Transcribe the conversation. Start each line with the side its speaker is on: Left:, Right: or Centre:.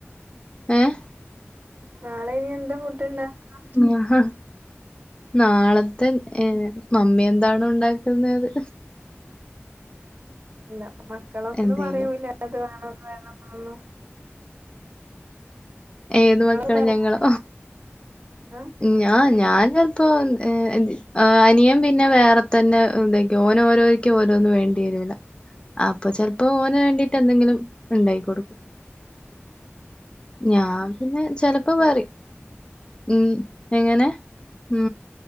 Left: ഏഹ്
Right: നാളെ ഇനി എന്താ ഫുഡ് ഇണ്ടാക്കാ
Left: ഞാ- നാളത്തെ ഏ മമ്മി എന്താണോ ഉണ്ടാക്കുന്നെ അത്
Right: അല്ല മക്കളൊന്നും
Left: എന്തേലും
Right: പറയൂലെ അത് വേണം ഇത് വേണന്നൊന്നും
Left: ഏത്
Right: നിങ്ങള്
Left: മക്കള്
Right: പറയോ
Left: ഞങ്ങളോ
Right: ആഹ്
Left: ഞാ ഞാൻ ചെൽപ്പോ ഏ അനിയൻ പിന്നെ വേറെ തന്നെ എന്തൊക്ക ഓനോരോ യ്ക്കോ ഓരോന്നും വേണ്ടി വരൂല അപ്പൊ ചെൽപ്പോ ഓന് വേണ്ടിട്ട് എന്തെങ്കിലും ഉണ്ടായി കൊടുക്കും ഞാൻ പിന്നെ ചെലപ്പോ പറിമ് മ് എങ്ങനെ മ്